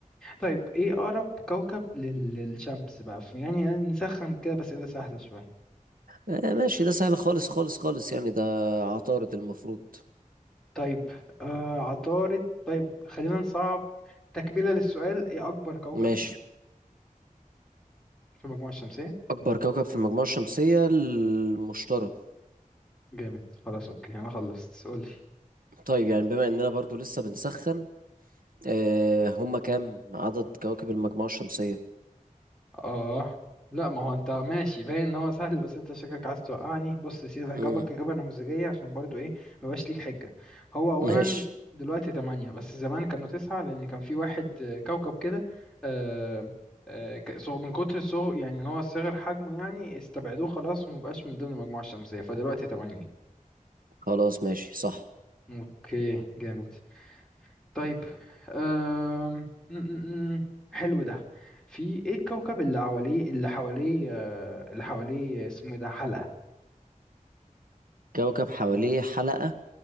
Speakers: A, in the centre; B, on the right (about 85°).
A: طيب إيه أقرب كوكب لل- للشمس بقى في يعني نسخن كده بس إذا سهلة شوية
B: اه ماشي ده سهل خالص خالص خالص يعني ده عطارد المفروض
A: طيب آه عطارد طيب خلينا نصعب تكملة للسؤال إيه أكبر كوكب
B: ماشي
A: في المجموعة الشمسية؟
B: اكبر كوكب في المجموعة الشمسية المشتري
A: جامد خلاص أوكي أنا خلصت قولي
B: طيب يعني بما اننا برضو لسه بنسخن اه هما كام عدد كواكب المجموعة الشمسية
A: اه لا ما هو انت ماشي باين ان هو سهل بس انت شكلك عايز توقعني بص يا سيدي
B: امم
A: هجاوبك اجابه نموذجيه عشان برضو ايه مبقاش ليك حجه هو اولا
B: ماشي
A: دلوقتي تمانية بس زمان كانوا تسعة لان كان في واحد آه، كوكب كده آه، آه، ك- صغ- من كتر صغر يعني ان هو صغر حجمه يعني استبعدوه خلاص ومبقاش من ضمن المجموعه الشمسيه فدلوقتي تمانية
B: خلاص ماشي صح
A: اوكي جامد طيب أم... م- م- م. حلو ده في ايه الكوكب اللي حواليه اللي حواليه آه، اللي حواليه اسمه ايه ده حلقة
B: كوكب حواليه حلقة